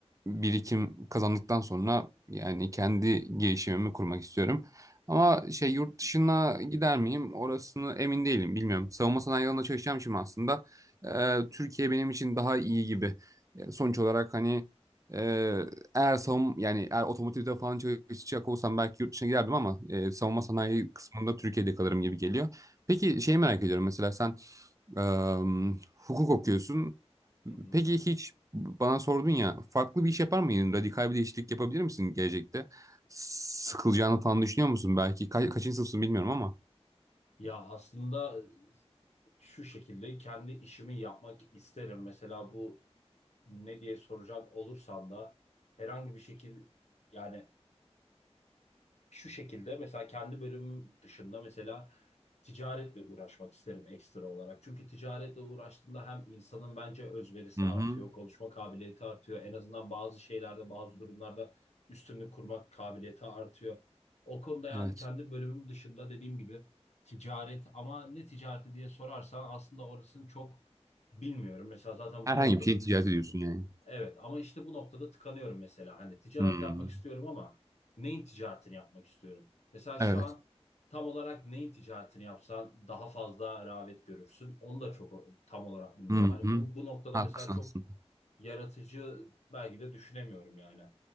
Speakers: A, on the right; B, on the left.
A: birikim kazandıktan sonra yani kendi girişimimi kurmak istiyorum. Ama şey yurt
B: Hı
A: dışına gider miyim? Orasını emin değilim. Bilmiyorum. Savunma sanayi alanında çalışacağım şimdi aslında e, Türkiye benim için daha iyi gibi. E, sonuç olarak hani e, eğer savun yani eğer otomotivde falan çalışacak olsam belki yurt dışına giderdim ama e, savunma
B: hı.
A: sanayi kısmında Türkiye'de kalırım gibi geliyor. Peki şeyi merak ediyorum mesela sen Eee, hukuk okuyorsun.
B: Hı hı.
A: Peki hiç bana sordun ya farklı bir iş yapar mıydın? Radikal bir değişiklik yapabilir misin gelecekte? Sıkılacağını falan düşünüyor musun? Belki Ka kaçıncı sınıfsın bilmiyorum ama.
B: Ya aslında şu şekilde kendi işimi yapmak isterim. Mesela bu ne diye soracak olursan da herhangi bir şekilde yani şu şekilde mesela kendi bölümüm dışında mesela ticaretle uğraşmak isterim ekstra olarak. Çünkü ticaretle uğraştığında hem insanın bence özverisi
A: Hı hı.
B: artıyor, konuşma kabiliyeti artıyor. En azından bazı şeylerde, bazı durumlarda üstünlük kurmak kabiliyeti artıyor. O konuda yani
A: Evet.
B: kendi bölümüm dışında dediğim gibi ticaret ama ne ticareti diye sorarsan aslında orasını çok bilmiyorum. Mesela zaten
A: Herhangi
B: bu noktada
A: bir şey
B: tık-
A: ticaret ediyorsun yani.
B: Evet ama işte bu noktada tıkanıyorum mesela. Hani ticaret
A: Hı hı.
B: yapmak istiyorum ama neyin ticaretini yapmak istiyorum? Mesela şu
A: Evet.
B: an tam olarak neyin ticaretini yapsan daha fazla rağbet görürsün. Onu da çok tam olarak bilmiyorum.
A: Hı
B: Hani
A: hı.
B: bu, bu noktada
A: Haklısın
B: mesela çok
A: aslında.
B: yaratıcı belki de düşünemiyorum yani.